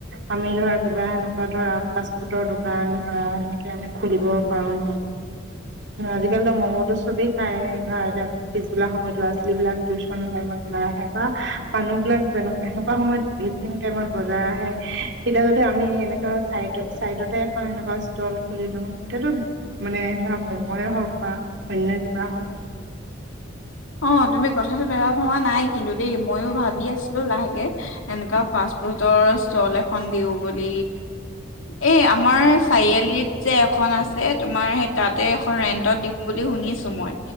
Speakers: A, on the right; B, on the left.
A: আমি ধৰা কিবা এনেকোৱা ধৰা ফাৰ্ষ্ট-ফুডৰ দোকান ধৰা এনেকে আমি খুলিব পাৰো ন সেয়া আজি কালি ম'ম'টো চবেই খাই ধৰা এতিয়া পিছবেলা সময়ত ল'ৰা-ছোৱালীবিলাক টিউচন টাইমত ওলাই আহে, বা মানুহবিলাক যেনে সেনেকোৱা সময়ত ইভিনিং টাইমত বজাৰ আহে, তেতিয়া যদি আমি এনেকোৱা চাইড চাইডতে এখন সেনেকোৱা ষ্টল খুলি দিওঁ তেতিয়াতো মানে ধৰা ম'ময়ে হওক, বা অন্য কিবা হওক
B: অ, তুমি কথাটো বেয়া ভবা নাই কিন্তু দেই মইও ভাবি আছিলো লাহেকে এনেকোৱা ফাষ্ট-ফুডৰ ষ্টল এখন দিওঁ বুলি এই আমাৰ চাৰিআলিত যে এখন আছে তোমাৰ সেই তাতে এখন ৰেন্টত দিম বুলি শুনিছো, মই